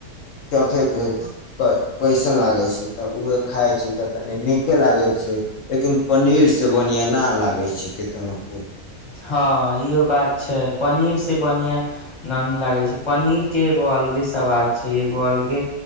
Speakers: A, on the left; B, on the left.
A: चखैके कैसन लागै छै तऽ ओए खाइ छी तऽ तनी नीके लागै छै लेकिन पनीर से बढ़आँ नहि लागै छै केतनो भी।
B: हँ इहो बात छै पनीर से बढ़िआ नन लागै छै पनीर के एगो अलगे सवाद छै एगो अलगे